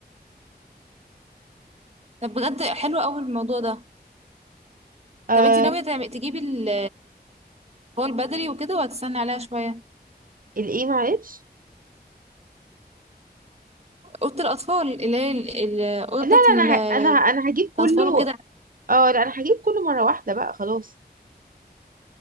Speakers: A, on the right (about 35°); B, on the right (about 55°).
A: طب بجد حلو قوي الموضوع ده
B: آه
A: طب انتي ناويه تعم- تجيبي ال- الاطفال بدري وكده وهتستني عليها شويه
B: الايه معلش
A: اوضه الاطفال اللي هي ال- ال- الاوضه
B: لا
A: بتاعت
B: لا
A: ال-
B: انا ه... انا انا هجيب كله
A: الاطفال وكده
B: اه لا انا هجيب كله مره واحده بقى خلاص